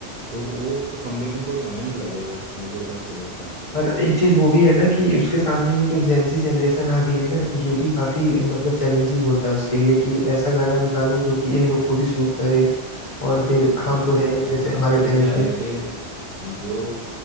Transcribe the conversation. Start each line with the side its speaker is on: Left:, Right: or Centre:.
Right: तो वो उसका कमबैक में कोई समय नहीं लगेगा मुझे ऐसा फील होता
Left: पर एक चीज वो भी है ना कि उसके सामने ये जो जेंजी जनरेशन आ गई है ना ये भी काफी मतलब चैलेंजिंग होता है उसके लिए कि ऐसा गाना निकालूं जो कि इन लोग को भी सूट करे और फिर हम
Right: हाँ
Left: तो
Right: देखो
Left: है ही जैसे हमारे
Right: आजकल
Left: टाइम
Right: क्या
Left: पे
Right: है कि जो